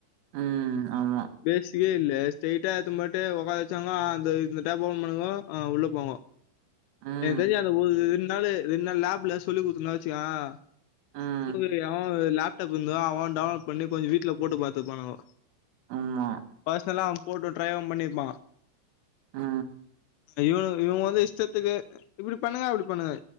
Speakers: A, on the right; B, on the left.
A: ம் ஆமா
B: பேஸிக்கே இல்லே ஸ்ட்ரைட்டா ஏத்து போயிட்டு உட்க்கா வச்சாங்கோ அந்த இந்த டேப் ஓபன் பண்ணுங்கோ உள்ள போங்கோ
A: ம்
B: என் தெரிஞ்சி அந்த ஒரு ரெண்டு நாள் ரெண்டு நாள் லேப்ல சொல்லி குடுத்தன்னா வச்சுக்கோயே
A: ம்
B: <inaudible> அவன் லேப்டாப் இருந்தா அவன் டவுன்லோட் பண்ணி கொஞ்சோ வீட்ல போட்டு பாத்துக்குவானுக
A: ஆமா
B: பர்சனலா அவ போட்டு டிரரைவ பண்ணிருப்பா
A: ஆ
B: இவனு இவுங்க வந்து இஷ்டத்துக்கு இப்டி பண்ணுங்க அப்டி பண்ணுங்க